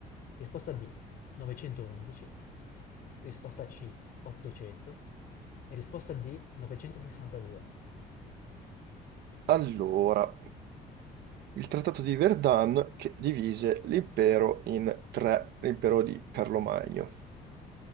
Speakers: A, on the left; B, on the right.
A: Risposta B, 911. Risposta C, 800. E risposta D, 962.
B: Allora, il Trattato di Verdun che divise l'impero in tre, l'impero di Carlo Magno.